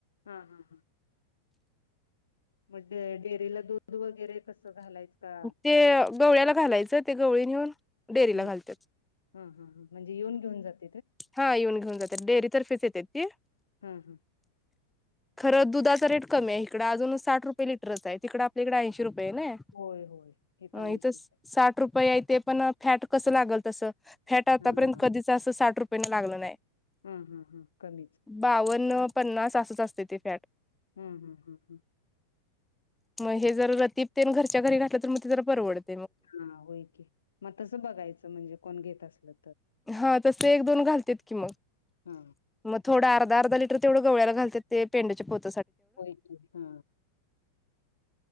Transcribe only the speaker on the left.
हा हा हा. मग डेअरीला दूध वगैरे कसं घालायचं का?
हम
हा हा ह म्हणजे येऊन घेऊन जात
हा हा
होय होय हे तर
ऐंशीच
आहे
हा हा
हा हा हा कमीच.
हम् हम् हम् हम
हा होय की, मग तसं बघायचं म्हणजे कोण घेत असल
हा
होय की हा.